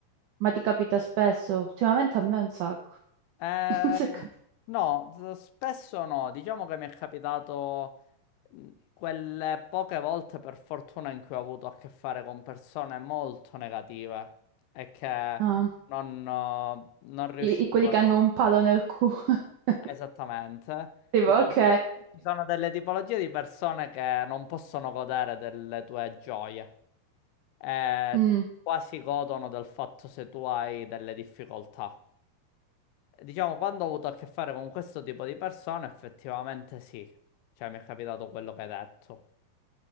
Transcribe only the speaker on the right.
ma ti capita spesso? Ultimamente a me un sacco.
<laughs> Non so cap-
ah,
i, i- quelli che hanno un palo nel culo. <laughs>
Tipo,
ok.
<laughs> Mm.